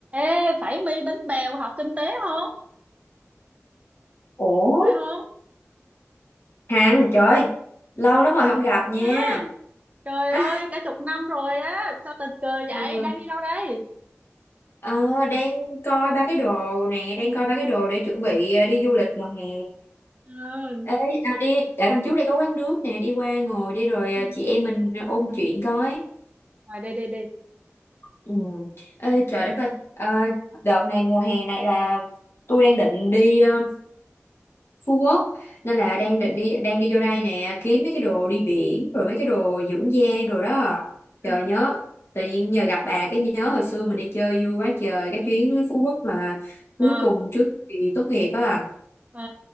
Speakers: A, on the right (about 30°); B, on the left (about 55°).
A: Ê, phải mi bánh bèo học kinh tế không?
B: Ủa,
A: Phải không?
B: Hằng trời lâu lắm rồi không gặp nha
A: Đó. Trời
B: à,
A: ơi, cả chục năm rồi á, sao tình cờ vậy?
B: ừ,
A: Đang đi đâu đây?
B: ờ, đang coi ba cái đồ nè đang coi ba cái đồ để chuẩn bị ờ, đi du lịch mùa hè
A: Ừ.
B: Ê, à, đi ở đằng trước đây có quán nước nè đi qua ngồi đi rồi
A: Ừ.
B: ờ, chị em mình ôn chuyện coi
A: Rồi đi đi đi.
B: ừ. Ê, trời đất ơi Ờ, đợt này mùa hè này là tôi đang định đi ờ, Phú Quốc nên là đang
A: Ừ.
B: định đi đang đi vô đây nè kiếm mấy cái đồ đi biển rồi mấy cái đồ dưỡng da đồ đó
A: Ừ.
B: trời nhớ tự nhiên nhờ gặp bà cái nhớ hồi xưa mình đi chơi vui quá trời
A: ừ.
B: cái chuyến Phú Quốc mà cuối
A: Ờ,
B: cùng trước kỳ tốt nghiệp á
A: ờ,